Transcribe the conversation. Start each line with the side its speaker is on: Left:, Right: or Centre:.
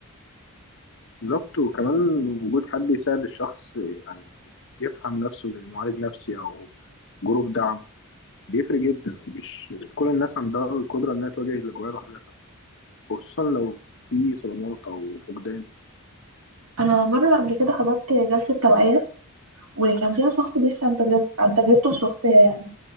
Left: بالظبط وكمان وجود حد يساعد الشخص يعني يفهم نفسه زي معالج نفسي أو جروب دعم بيفرق جدا مش مش كل الناس عندها القدرة إنها تواجه الأجواء لوحدها خصوصا لو في صدمات أو فقدان
Right: انا مره قبل كده حضرت جلسه توعيه وكان فيها شخص بيحكي عن تجربه عن تجربته الشخصيه يعني